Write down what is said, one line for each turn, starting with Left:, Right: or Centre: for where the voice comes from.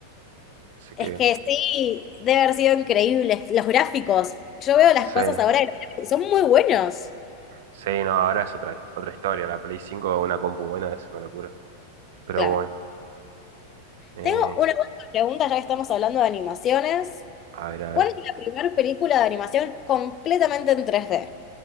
Right: Así
Left: Es
Right: que
Left: que sí, debe haber sido increíble. Los gráficos. Yo veo
Right: sí,
Left: las cosas ahora y los gráficos son muy buenos.
Right: sí, no, ahora es otra, hist- otra historia. La Play cinco una compu buena, es una locura. Pero
Left: Claro.
Right: bueno, eh,
Left: Tengo una última pregunta, ya que estamos hablando de animaciones.
Right: a ver, a
Left: ¿Cuál
Right: ver.
Left: es la primera película de animación completamente en tres d